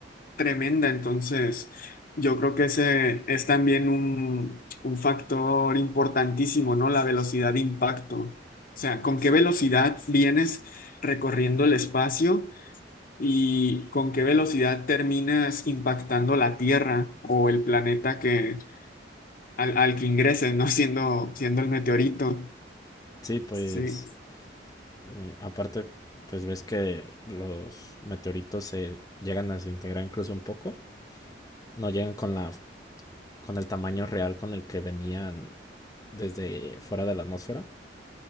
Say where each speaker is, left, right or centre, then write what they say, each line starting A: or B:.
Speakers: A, on the left (about 50°); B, on the left (about 20°).
A: tremenda. Entonces, yo creo que ese es también un, un factor importantísimo, ¿no? La velocidad de impacto. O sea, con qué velocidad vienes recorriendo el espacio y con qué velocidad terminas impactando la Tierra o el planeta que, al, al que ingreses, ¿no? <laughs> Siendo, siendo el meteorito.
B: Sí, pues
A: Sí.
B: Eh, aparte, pues ves que los meteoritos se llegan a desintegrar incluso un poco. No llegan con la con el tamaño real con el que venían desde fuera de la atmósfera.